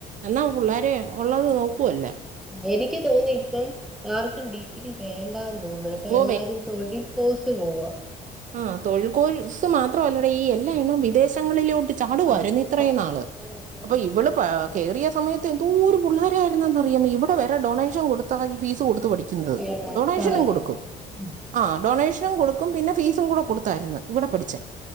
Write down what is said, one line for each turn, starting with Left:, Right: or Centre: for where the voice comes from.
Right: എന്നാ പിള്ളേരെ ഒള്ളത് നോക്കുവല്ലാ.
Centre: എനിക്ക് തോന്നിയിപ്പം ആർക്കും ഡിഗ്രി വേ താ തൊന്ന് കേട്ടോ
Right: ഓ
Centre: എല്ലാരും തൊഴികോസ് പോവ്വാ.
Right: ആഹ് തൊഴിക്കോഴ്സ് മാത്രല്ലടീ എല്ലാ എണ്ണം വിദേശങ്ങളിലോട്ട് ചാട് വായിരുന്നു
Centre: ആഹ് പോവാ
Right: ഇത്രേംനാള്
Centre: പോവാ പോവാ പോവാന്ന്
Right: അപ്പൊ ഇവള് പാ കേറിയ സമയത്ത് എന്തോരു പുള്ളേരാ രുന്നന്നറിയാമൊ ഇവടെ വരെ ഡൊണേഷൻ കൊടുത്താ നി ഫീസ് കൊടുത്തു പഠി ക്കുന്നത്
Centre: കേറാനിപ്പ
Right: ഡൊണേഷനും കൊടു
Centre: <unintelligible>
Right: ആഹ് ഡൊണേഷൻ കൊടുക്കും പിന്നെ ഫീസും കൂടെ കൊടു തര്ന്ന് കൂടെ പഠിച്ചേ
Centre: ആഹ്